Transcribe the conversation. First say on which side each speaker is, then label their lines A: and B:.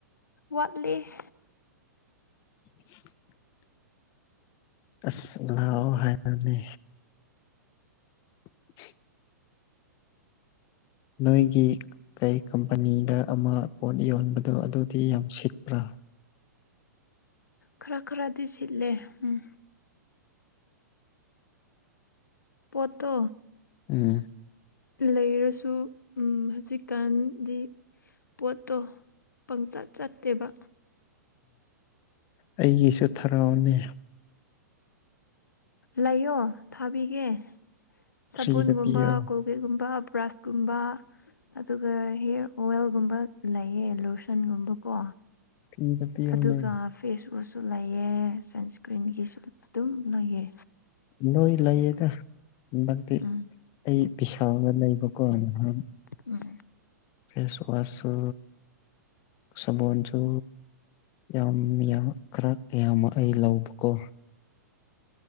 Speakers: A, on the left; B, on the left.
A: ꯋꯥꯠꯂꯤ <inaudible>
B: <inaudible> ꯑꯁ ꯂꯥꯎ ꯍꯥꯏ ꯅꯦꯃꯤ <inaudible> ꯅꯣꯏꯒꯤ ꯀꯩ ꯀꯝꯄꯅꯤꯗ ꯑꯃ ꯄꯣꯠ ꯌꯣꯟꯕꯗꯣ ꯑꯗꯨꯗꯤ ꯌꯥꯝ ꯁꯤꯠꯄ꯭ꯔꯥ
A: ꯈꯔ ꯈꯔꯗꯤ ꯁꯤꯠꯂꯦ ꯎꯝ ꯄꯣꯠꯇꯣ
B: ꯎꯝ
A: ꯂꯩꯔꯁꯨ ꯎꯝ ꯍꯧꯖꯤꯛꯀꯥꯟꯗꯤ ꯄꯣꯠꯇꯣ ꯄꯪꯆꯠ ꯆꯠꯇꯦꯕ
B: ꯑꯩꯒꯤꯁꯨ ꯊꯔꯛꯑꯣꯅꯦ
A: ꯂꯩꯌꯣ ꯊꯥꯕꯤꯒꯦ ꯁꯕꯨꯟꯒꯨꯝꯕ
B: ꯐ꯭ꯔꯤꯗ ꯄꯤꯌꯣ
A: ꯀꯣꯜꯒꯦꯠꯒꯨꯝꯕ ꯕ꯭ꯔꯁ ꯀꯨꯝꯕ ꯑꯗꯨꯒ ꯍꯤꯌꯥꯔ ꯋꯦꯜꯒꯨꯝꯕ ꯂꯩꯌꯦ ꯂꯣꯁꯟꯒꯨꯝꯕꯀꯣ
B: ꯐ꯭ꯔꯤꯗ ꯄꯤꯌꯣꯅꯦ
A: ꯑꯗꯨꯒ ꯐꯦꯁꯋꯁ ꯂꯩꯌꯦ ꯁꯟꯁꯀ꯭ꯔꯤꯟꯒꯤꯁꯨ ꯑꯗꯨꯝ ꯅꯣꯏꯌꯦ
B: ꯂꯣꯏ ꯂꯩꯌꯦꯗ ꯍꯟꯗꯛꯇꯤ
A: ꯎꯝ
B: ꯑꯩ ꯄꯤꯁꯥꯒ ꯂꯩꯕꯀꯣ ꯅꯍꯥꯟ
A: ꯎꯝ
B: ꯐꯦꯁ ꯋꯁꯁꯨ ꯁꯕꯣꯟꯁꯨ ꯌꯥꯝ ꯌꯥꯝ ꯈꯔ ꯌꯥꯝꯃ ꯑꯩ ꯂꯧꯕꯀꯣ